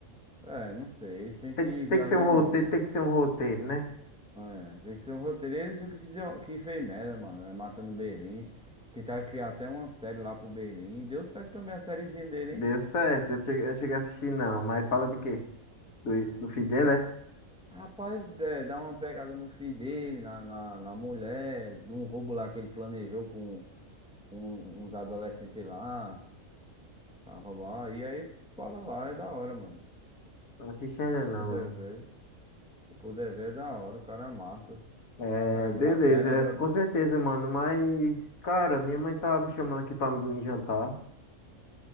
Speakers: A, in the centre; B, on the left.
A: É, não sei. Eles têm
B: Tem,
A: que
B: que-
A: viajar
B: tem que ser um roteiro,
A: muito.
B: tem que ser um roteiro, né?
A: É, tem que ser um roteiro. Eles o que fizeram, que fez merda, mano, né? Matando Berlim. Tentaram criar até uma série lá pro Berlim. Deu certo também a sériezinha dele,
B: Deu
A: hein?
B: certo, eu não cheguei, eu não cheguei a assistir, não. Mas fala de quê? Do, do filho dele, é?
A: Rapaz, é, dá uma pegada no filho dele, na, na, na mulher, de um roubo lá que ele planejou com, com uns adolescentes lá pra roubar. E aí, fala lá, é da hora, mano.
B: Não assisti ainda,
A: Se eu
B: não,
A: puder ver, se eu puder ver, é da hora. O cara é massa, o
B: É,
A: cara é brabo.
B: beleza,
A: Já era
B: é,
A: brabo.
B: com certeza, mano. Mas, cara, minha mãe tá me chamando aqui pra me jantar.